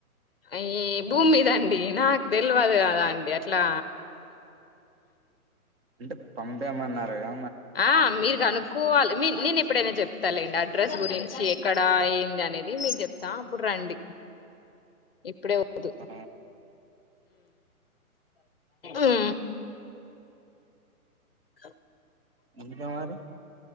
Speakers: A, on the left; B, on the right.
A: ఈ భూమి మీద అండి నాకు తెలివదు కదా అండి అట్లా
B: అంటే పంపేమన్నారుగా
A: ఆ మీరు కనుక్కోవాలి మీ నేను ఇపు ఎప్పుడైనా చెప్తా లేండి అడ్రస్ గురించి ఎక్కడ ఏంది అనేది మీకు చెప్తా అప్పుడు రండి ఇప్పుడే ఓ వద్దు
B: ఆ,
A: ఉ ఉ <inaudible>
B: ఇంకా మరి